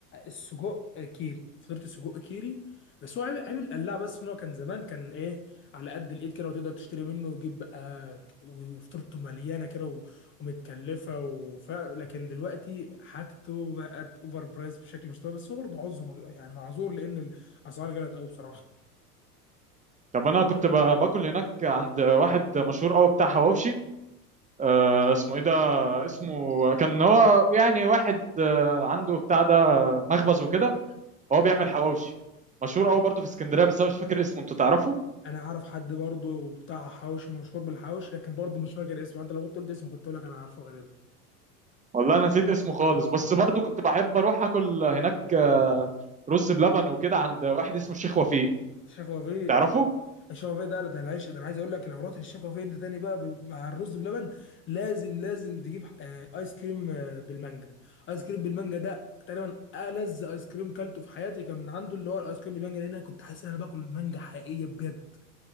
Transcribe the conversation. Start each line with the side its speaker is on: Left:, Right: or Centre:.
Left: السجق كيري فطيره السجق كيري بس هو عيب عيب القلاع بس ان هو كان زمان كان ايه على قد الايد كده وتقدر تشتري منه وتجيب بقى ك- وفطيرته مليانه كده و- ومتكلفه وف... لكن دلوقتي حاجته بقت اوفر برايس بشكل مش طبيعي بس هو برضه عذره يعني معذور لان الاسعار غلت قوي بصراحه
Right: طب انا كنت ب- باكل هناك عند واحد مشهور قوي بتاع حواوشي آه اسمه ايه ده اسمه كان هو يعني واحد آه عنده بتاع ده مخبز وكده هو بيعمل حواوشي مشهور قوي برضه في اسكندريه بس انا مش فاكر اسمه انت تعرفه
Left: انا عارف حد برضه بتاع حواوشي مشهور بالحواوشي لكن برضه مش فاكر اسمه انت لو كنت قلت اسمه كنت اقول لك انا عارفه غالبا
Right: والله انا نسيت اسمه خالص بس برضه كنت بحب اروح اكل هناك آه رز بلبن وكده عند واحد اسمه الشيخ وفيق
Left: الشيخ وفيه
Right: تعرفه
Left: الشيخ وفيه ده ده العيش ده انا عايز اقول لك لو رحت الشيخ وفيه انت تاني بقى ب- مع الرز بلبن لازم لازم تجيب آه، ايس كريم آه، بالمانجا ايس كريم بالمانجا ده تقريبا ألذ ايس كريم كلته في حياتي كان من عنده اللي هو الايس كريم بالمانجا لان انا كنت حاسس ان انا باكل مانجا حقيقيه بجد